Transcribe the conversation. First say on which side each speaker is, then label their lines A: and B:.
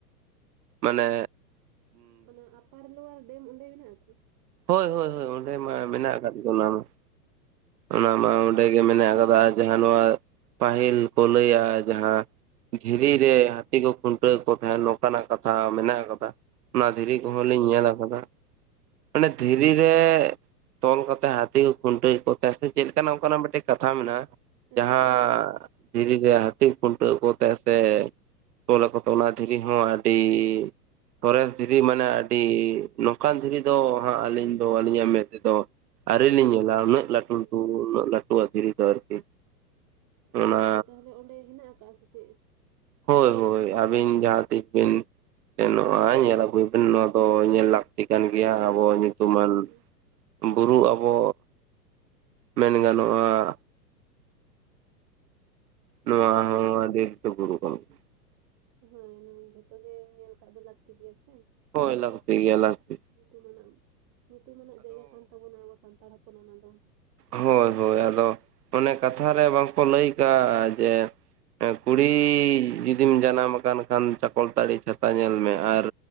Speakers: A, on the right (about 70°); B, on the right (about 40°).
A: ᱢᱟᱱᱮ
B: ᱚᱱᱟ ᱟᱯᱟᱨ ᱞᱳᱣᱟᱨ ᱰᱮᱢ ᱚᱸᱰᱮ ᱢᱮᱱᱟᱜᱼᱟ, ᱛᱚ?
A: ᱦᱳᱭᱻᱦᱳᱭᱻᱦᱳᱭ, ᱚᱸᱰᱮ ᱢᱟ ᱢᱮᱱᱟᱜ ᱠᱟᱫ
B: ᱟᱪᱪᱷᱟ
A: ᱜᱮ ᱚᱱᱟ ᱢᱟ᱾ ᱚᱱᱟ ᱢᱟ ᱚᱸᱰᱮ ᱜᱮ ᱢᱮᱱᱟᱜ ᱠᱟᱫᱟ, ᱡᱟᱦᱟᱸ ᱱᱚᱣᱟ ᱯᱟᱹᱦᱤᱞ ᱠᱚ ᱞᱟᱹᱭᱟ ᱡᱟᱦᱟᱸ ᱫᱷᱤᱨᱤ ᱨᱮ ᱦᱟᱹᱛᱤ ᱠᱚ ᱠᱷᱩᱱᱴᱟᱹᱣ ᱠᱚ ᱛᱟᱦᱮᱸᱫ, ᱱᱚᱝᱠᱟᱱᱟᱜ ᱠᱟᱛᱷᱟ ᱢᱮᱱᱟᱜ ᱠᱟᱫᱟ᱾ ᱚᱱᱟ ᱫᱷᱤᱨᱤ
B: ᱪᱮᱫ
A: ᱠᱚᱦᱚᱸ
B: ᱞᱮᱠᱟ
A: ᱞᱤᱧ ᱧᱮᱞ ᱠᱟᱫᱟ᱾ ᱢᱟᱱᱮ ᱫᱷᱤᱨᱤ ᱨᱮ ᱛᱚᱞ ᱠᱟᱛᱮ ᱦᱟᱹᱛᱤ ᱠᱚ ᱠᱷᱩᱱ ᱼᱼ ᱡᱟᱥᱛᱤ ᱪᱮᱞᱮᱠᱟᱱᱟ ᱚᱱᱠᱟᱱᱟᱜ ᱢᱤᱫᱴᱮᱡ ᱠᱟᱛᱷᱟ ᱢᱮᱱᱟᱜᱼᱟ,
B: ᱟᱪᱪᱷᱟ
A: ᱡᱟᱦᱟᱸᱻ
B: ᱟᱪᱪᱷᱟ
A: ᱫᱷᱤᱨᱮ ᱨᱮ ᱦᱟᱹᱛᱤ ᱠᱷᱩᱱᱴᱟᱹᱣ ᱠᱚ ᱛᱟᱸᱦᱮ ᱥᱮ ᱛᱚᱞᱟᱠᱚ ᱛᱚ ᱚᱱᱟ ᱫᱷᱤᱨᱤ ᱦᱚᱸ ᱟᱹᱰᱤ ᱥᱚᱨᱮᱥ ᱫᱷᱤᱨᱤ ᱢᱟᱱᱮ ᱟᱹᱰᱤ ᱱᱚᱝᱠᱟᱱ ᱫᱷᱤᱨᱤ ᱫᱚ, ᱦᱟᱸᱜ ᱟᱹᱞᱤᱧ ᱫᱚ ᱟᱹᱞᱤᱧᱟᱜ ᱢᱮᱫ ᱛᱮᱫᱚ ᱟᱹᱣᱨᱤ ᱞᱤᱧ ᱧᱮᱞᱟ ᱩᱱᱟᱹᱜ
B: ᱟᱪᱪᱷᱟ
A: ᱞᱟᱹᱴᱩ, ᱞᱟᱹᱴᱩ,
B: ᱟᱪᱪᱷᱟ᱾
A: ᱩᱱᱟᱹᱜ ᱞᱟᱹᱴᱩᱭᱟᱜ ᱫᱷᱤᱨᱤ ᱫᱚ ᱟᱨᱠᱤ ᱚᱱᱟ
B: ᱟᱪᱪᱷᱟ ᱛᱟᱦᱚᱞᱮ ᱚᱸᱰᱮ ᱦᱮᱱᱟᱜ ᱠᱟᱜᱼᱟ, ᱥᱮ ᱪᱮᱫ?
A: ᱦᱳᱭ ᱦᱳᱭ, ᱟᱹᱵᱤᱱ ᱡᱟᱦᱟᱸᱛᱤᱥ ᱵᱤᱱ ᱥᱮᱱᱚᱜᱼᱟ, ᱧᱮᱞ ᱟᱹᱜᱩᱭᱵᱤᱱ ᱱᱚᱣᱟ ᱫᱚ ᱧᱮᱞ ᱞᱟᱠ ᱛᱤ ᱠᱟᱱ ᱜᱮᱭᱟ ᱟᱵᱚ ᱧᱩᱛᱩᱢᱟᱱ
B: ᱦᱳᱭ ᱦᱳᱭ
A: ᱵᱩᱨᱩ ᱟᱵᱚ ᱢᱮᱱ ᱜᱟᱱᱚᱜᱼᱟ ᱱᱚᱣᱟ
B: ᱟᱪᱪᱷᱟ
A: ᱦᱚᱸ ᱟᱰᱤ ᱩᱥᱩᱞ ᱵᱩᱨᱩ ᱠᱟᱱ ᱜᱮ
B: ᱦᱳᱭ ᱡᱷᱚᱛᱚ ᱜᱮ ᱧᱮᱞ ᱠᱟᱜ ᱫᱚ ᱞᱟᱹᱠᱛᱤ ᱜᱮᱭᱟ ᱥᱮ᱾
A: ᱦᱳᱭ ᱞᱟ. ᱠᱛᱤ ᱜᱮᱭᱟ ᱞᱟ. ᱠᱛᱤ
B: ᱧᱩᱛᱩᱢᱟᱱᱟᱜ ᱧᱩᱛᱩᱢᱟᱱᱟᱜ ᱡᱟᱭᱜᱟ ᱠᱟᱱ ᱛᱟᱵᱚᱱᱟ ᱟᱵᱚ ᱥᱟᱱᱛᱟᱲ ᱦᱚᱯᱚᱱᱟ ᱚᱱᱟ ᱫᱚ᱾
A: ᱦᱳᱭ ᱦᱳᱭ ᱟᱫᱚ ᱚᱱᱮ ᱠᱟᱛᱷᱟ ᱨᱮ ᱵᱟᱝᱠᱚ ᱞᱟᱹᱭ ᱠᱟᱜᱼᱟ ᱡᱮ ᱠᱩᱲᱤ ᱡᱩᱫᱤᱢ ᱡᱟᱱᱟᱢ ᱟᱠᱟᱱ ᱠᱷᱟᱱ ᱪᱟᱠᱚᱞᱛᱟᱲᱤ ᱪᱷᱟᱛᱟ ᱧᱮᱞ ᱢᱮ ᱟᱨ